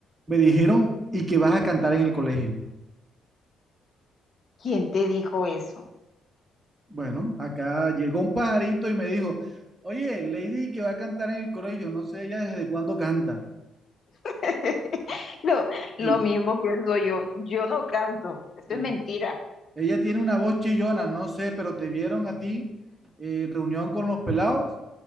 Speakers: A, on the right; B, on the left.
A: Me dijeron, ¿y que vas a cantar en el colegio?
B: ¿Quién te dijo eso?
A: Bueno, acá llegó un pajarito y me dijo, oye, Lady que va a cantar en el colegio, no sé ella desde cuándo canta.
B: <laughs> Lo, lo
A: Sí,
B: mismo pienso yo, yo no canto, eso
A: sí.
B: es mentira.
A: Ella tiene una voz chillona, no sé, pero te vieron a ti eh, reunión con los pelados